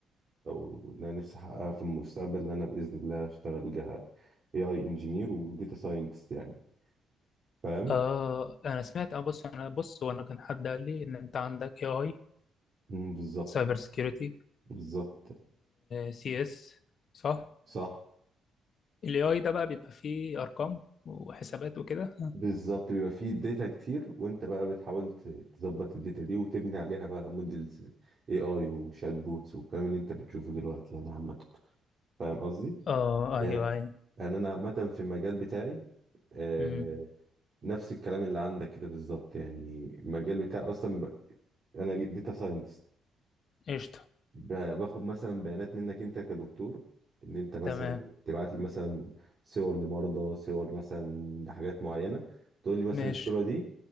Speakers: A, on the right; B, on the left.
A: او اللي انا نفسي احققها في المستقبل ان انا باذن الله اشتغل ك اي اي انجينير وداتا ساينتست يعني فاهم
B: آه أنا سمعت أه بص أنا بص وأنا كان حد قال لي إن أنت عندك AI
A: مم، بالظبط
B: سايبر سيكيورتي
A: بالظبط
B: سي إس صح؟
A: صح
B: ال AI ده بقى بيبقى فيه أرقام وحسابات وكده
A: بالظبط بيبقى فيه داتا كتير وانت بقى بتحاول ت- تظبط الداتا دي وتبني عليها بقى موديلز اي اي وشات بوتس والكلام اللي انت بتشوفه دلوقتي يعني عامه فاهم قصدي
B: آه
A: يعني
B: أيوه أيوه
A: انا أنا عامه في المجال بتاعي آه،
B: امم
A: نفس الكلام اللي عندك كده بالظبط يعني المجال بتاعي اصلا ب... انا داتا ساينتست
B: قشطة
A: ب... باخد مثلا بيانات منك انت كدكتور ان انت مثلا
B: تمام
A: تبعت لي مثلا صور لمرضى صور مثلا لحاجات معينه تقول لي مثلا
B: ماشي
A: الصوره دي